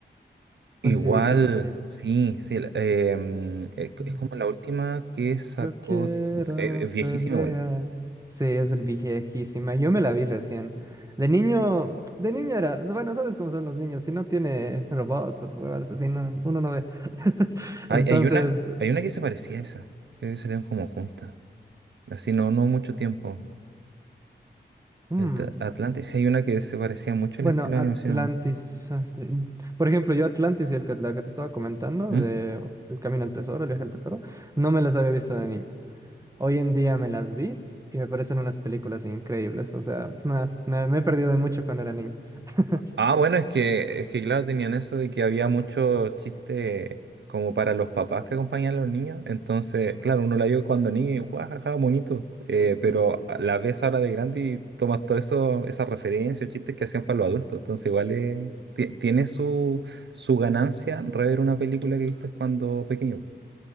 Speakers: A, on the right; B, on the right.
A: Igual,
B: No sé si viste esa película.
A: sí, sí. la- em, es,
B: Mm.
A: es como la última que sacó,
B: Yo quiero
A: eh, es
B: ser
A: viejísima
B: real.
A: igual.
B: Sí, es viejísima. Yo me la vi recién. De niño, de niño era, bueno, sabes cómo son los niños, si no tiene robots o cosas así, no- uno no ve. <laughs>
A: Hay,
B: Entonces,
A: hay una, hay una que se parecía a esa. Creo que salieron como juntas. Así no, no mucho tiempo.
B: mm,
A: El Tra- Atlantis, sí hay una que se parecía mucho
B: Bueno,
A: al estilo
B: Atlantis.
A: de animación igual.
B: ah, eh, Por ejemplo, yo Atlantis, el que, la que te estaba comentando,
A: ¿Mm?
B: de El Camino al Tesoro, El Viaje al Tesoro, no me las había visto de niño. Hoy en día me las vi y me parecen unas películas increíbles. O sea, nah, me, me he perdido de mucho cuando era niño. <laughs>
A: Ah, bueno, es que, es que claro, tenían eso de que había mucho chiste como para los papás que acompañan a los niños. Entonces, claro, uno la vio cuando niño y guajaja, bonito. Eh, pero a- la ves ahora de grande y tomas todo eso, esas referencias, chistes que hacían para los adultos. Entonces, igual es- ti- tiene su, su ganancia rever una película que viste cuando pequeño.